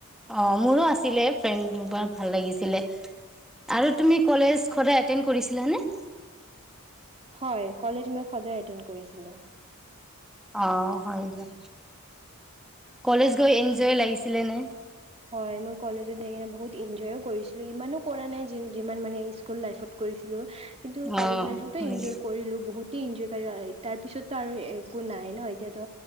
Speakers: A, in the centre; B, on the right.
A: অ', মোৰো আছিলে <unintelligible> ভাল লাগিছিলে। আৰু তুমি কলেজ সদায় এটেণ্ড কৰিছিলানে?
B: হয়, কলেজ মই সদায় এটেন্ড কৰিছিলো।
A: অ', হয় দিয়া। কলেজ গৈ এনজয় লাগিছিলে নে?।
B: হয়, মই কলেজত যাই কিনে বহুত ইনজয়ও কৰিছিলোঁ, ইমানো কৰা নাই যিমান মানে স্কুল লাইফত কৰিছিলোঁ। কিন্তু কলেজ
A: অ',
B: লাইফতো
A: হয়
B: এনজয় কৰিলোঁ বহুত। তে এনজয় <inaudible> তাৰ পিছত তো আৰু একো নাই ন, এতিয়াতো